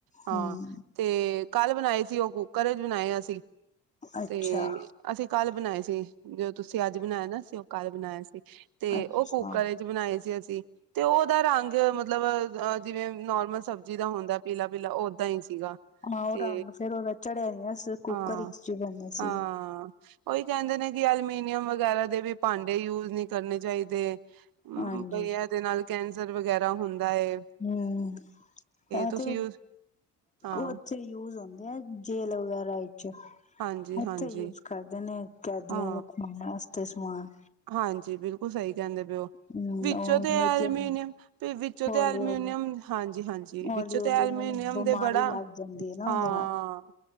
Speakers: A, on the right; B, on the left.
A: ਹਾਂ
B: ਹੂੰ
A: ਤੇ ਕੱਲ੍ਹ ਬਣਾਏ ਸੀ ਉਹ? ਘਰੇ ਬਣਾਏ ਅਸੀਂ
B: ਅੱਛਾ
A: ਤੇ ਅਸੀਂ ਕੱਲ ਬਣਾਏ ਸੀ। ਤੇ ਜੋ ਤੁਸੀਂ ਅੱਜ ਬਣਾਇਆ ਨਾ ਅਸੀਂ ਉਹ। ਕੱਲ ਬਣਾਇਆ ਸੀ ਤੇ
B: ਅੱਛਾ।
A: ਉਹ ਕੁੱਕਰ ਵਿੱਚ ਬਣਾਏ ਸੀ ਅਸੀਂ ਤੇ ਉਹ ਉਹਦਾ ਰੰਗ ਮਤਲਬ। ਮਤਲਬ ਅ ਜਿਵੇਂ ਨੋਰਮਲ ਸਬਜ਼ੀ ਦਾ ਹੁੰਦਾ ਪੀਲਾ-ਪੀਲਾ ਓਦਾਂ ਹੀ। ਸੀਗਾ
B: ਹਾਂ ਉਹ
A: ਤੇ
B: ਰੰਗ ਫੇਰ ਉਹਦਾ ਚੜਿਆ ਗਈਆ ਸੀ, ਜਦੋਂ ਕੁੱਕਰ
A: ਹਾਂ
B: ਵਿੱਚ ਪਾਉਂਦੇ ਸੀਗੇ।
A: ਹਾਂ ਉਹੀ ਕਹਿੰਦੇ ਨੇ ਕਿ ਐਲੂਮੀਨੀਅਮ ਵਗੈਰਾ ਦੇ ਵੀ ਭਾਂਡੇ ਯੂਜ ਨਹੀਂ ਕਰਨੇ ਚਾਹੀਦੇ। ਹੂੰ
B: ਹਾਂਜੀ।
A: ਬਈਆ ਇਹਦੇ ਨਾਲ ਕੈਂਸਰ ਵਗੈਰਾ ਹੁੰਦਾ। ਏ
B: ਹੂੰ ਐ
A: ਤੁਸੀਂ
B: ਤੇ
A: ਯੂਜ ਹਾਂ
B: ਉੱਥੇ ਯੂਜ ਹੁੰਦਾ। ਹੁੰਦਾ ਹੈ ਜੇਲ ਵਗੈਰਾ ਲਈ।
A: ਹਾਂਜੀ
B: ਉੱਥੇ,
A: ਹਾਂਜੀ
B: ਯੂਜ ਕਰਦੇ ਨੇ ਕੈਦੀਆਂ
A: ਹਾਂ
B: ਨੂੰ ਖਵਾਉਣ ਵਾਸਤੇ ਸਮਾਨ।
A: ਹਾਂਜੀ ਬਿਲਕੁਲ ਸਹੀ ਕਹਿੰਦੇ ਪਏਓ।
B: ਹੂੰ
A: ਵਿੱਚੋ
B: ਔਰ
A: ਤੇ ਅਲਮੀਨੀਅਮ ਵਿੱਚੋਂ
B: ਹੌਲੀ-ਹੌਲੀ,
A: ਤੇ ਅਲਮੀਨੀਅਮ ਹਾਂਜੀ ਹਾਂਜੀ ਵਿੱਚੋ
B: ਹੌਲੀ-ਹੌਲੀ
A: ਤੇ
B: ਉਹਨਾਂ
A: ਅਲਮਨੀ
B: ਨੂੰ
A: ਨਿਯਮ
B: ਬਿਮਾਰੀ
A: ਦੇ ਬੜਾ
B: ਲੱਗ ਜਾਂਦੀ ਹੈ ਨਾ
A: ਹਾਂ
B: ਉਹਦੇ ਨਾਲ।